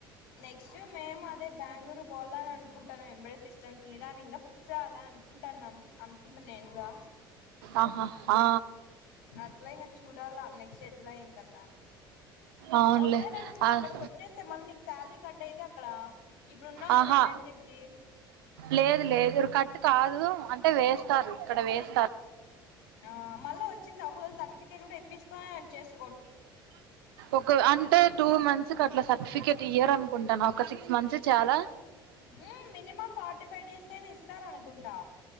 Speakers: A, on the left; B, on the right.
A: నెక్స్ట్ మేము అదే బెంగళూరు పోవాల అని అనుకుంటాన్నాం ఎంబ్రేడే సిస్టమ్స్ మీదని ఇంకా ఫిక్స్ అవాలా అనుకుంటున్నాం అనుకుంటా నేను కూడా
B: ఆహా ఆ
A: అట్లా ఇంకా చూడాలా నెక్స్ట్ ఎట్లా ఎంకధ అని
B: అవునులే.
A: ఒక వేళ నువ్వు
B: ఆహ్,
A: అక్కడ వచ్చేస్తే మళ్ళీ నీకు శాలరీ కట్ అయితే అక్కడ ఇప్పుడు ఉన్నావ్
B: ఆహా!
A: కదా ఇంటర్న్షిప్ కి
B: లేదు లేదు కట్టు కాదు అంటే వేస్తారు ఇక్కడ వేస్త
A: ఆ మళ్ళ వచ్చింది ఒకవేళ సర్టిఫికేట్ కూడా తెపుంచ్చు కొని చెసు
B: ఒక అంటే టూ మంత్స్ అట్లా సరి సర్టిఫికెట్ ఇయర్ అనుకుంటాను ఒక సిక్స్ మంత్స్ చాలా
A: హె మినిమం ఫార్టీ ఫైవ్, డేస్, కైనా ఇస్తారు అనుకుంటా